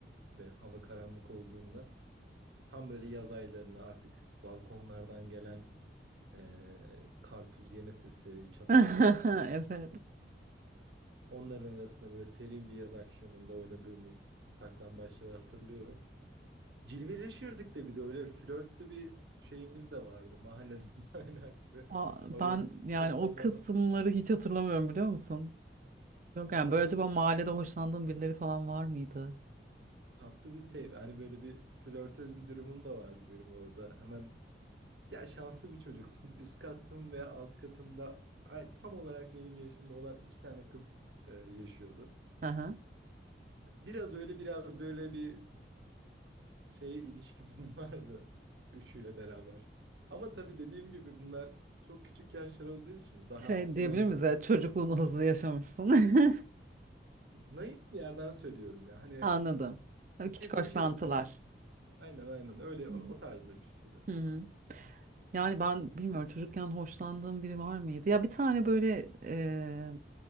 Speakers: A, on the right; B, on the right.
A: gibi hava karanlık olduğunda Tam böyle yaz aylarını artık balkonlardan gelen eee, karpuz yeme sesleri, çatallar.
B: <laughs> Evet.
A: Onların arasında böyle serin bir yaz akşamında oynadığımız saklambaçları hatırlıyorum. Cilveleşirdik de bir de öyle flörtlü bir şeyimiz de vardı mahalleden <laughs> kaynaklı.
B: Aa,
A: Oynadığımız
B: Ben yani
A: kızlarla
B: o kısımları
A: falan.
B: hiç hatırlamıyorum biliyor musun? Yok yani
A: Tatlı
B: böyle acaba
A: bir
B: mahallede hoşlandığın birileri falan var mıydı?
A: tatlı bir sev. Hani böyle bir flörtöz bir durumum da vardı benim orada. Hemen Ya şanslı bir çocuktum. <laughs> Üst katım ve alt katımda ay- tam olarak benim yaşımda olan iki tane kız e, yaşıyordu.
B: Hı hı.
A: Biraz öyle biraz böyle bir şeye ilişkimiz <laughs> vardı üçüyle beraber. Ama tabii dediğim gibi bunlar çok küçük yaşlar olduğu için daha
B: Şey diyebilir
A: naif
B: miyiz ya çocukluğunu
A: bir,
B: hızlı yaşamışsın. <laughs>
A: naif bir yerden söylüyorum ya. Hani
B: Anladım. Böyle Küçük
A: fikirdeşiyorduk
B: hoşlantılar.
A: anladın mı? Aynen aynen öyle
B: Hı
A: o, o tarzda bir şeydi.
B: hı. Hı hı. Yani ben bilmiyorum çocukken hoşlandığım biri var mıydı? Ya bir tane böyle e,